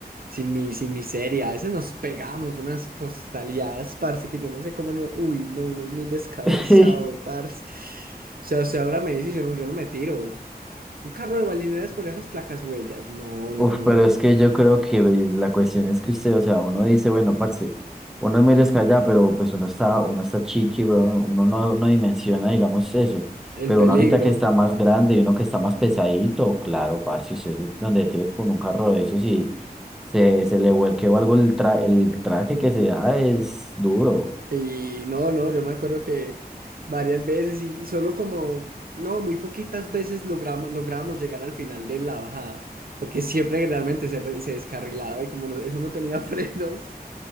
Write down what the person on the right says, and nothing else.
sin mi, sin miseria. A veces nos pegamos unas costaleadas, parce, que yo no sé cómo no. Uy, no, uno es muy descabezado,
parce. O sea, o sea, ahora me dice, yo no, yo no me tiro. Un carro de balineras por esas placas huellas. No,
no, no,
no.
El
peligro.
Y no, no, yo me acuerdo que varias veces y, y solo como, no, muy poquitas veces logramos, logramos llegar al final de la bajada, porque siempre generalmente se, re- se descarrilaba y como no- eso no tenía <laughs> frenos,